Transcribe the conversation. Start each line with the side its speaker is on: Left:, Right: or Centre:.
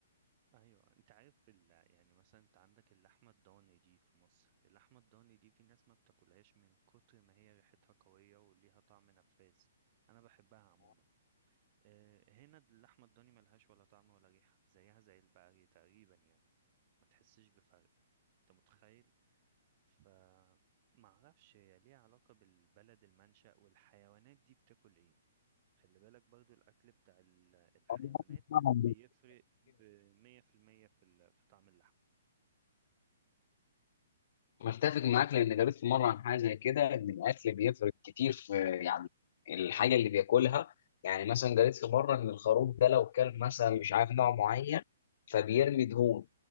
Right: ايوه انت عارف ال... يعني مثلا انت عندك اللحمة الضاني دي في مصر اللحمة الضاني دي في ناس ما بتاكلهاش من كتر ما هي ريحتها قوية وليها طعم نفاذ انا بحبها عموما آه، هنا اللحمة الضاني ملهاش ولا طعم ولا ريحة زيها زي البقري تقريبا يعني ما تحسش بفرق انت متخيل ف معرفش هي ليها علاقة بالبلد المنشأ والحيوانات دي بتاكل ايه خلي بالك برضو الأكل بتاع ال- الحيوانات
Left: اصح
Right: بيفرق بمية في المية في ال- في طعم اللحم
Left: متفق معاك لان قريت في مره عن حاجه زي كده ان الاكل بيفرق كتير في يعني الحاجه اللي بياكلها يعني مثلا قريت في مره ان الخروف ده لو كان مثلا مش عارف نوع معين فبيرمي دهون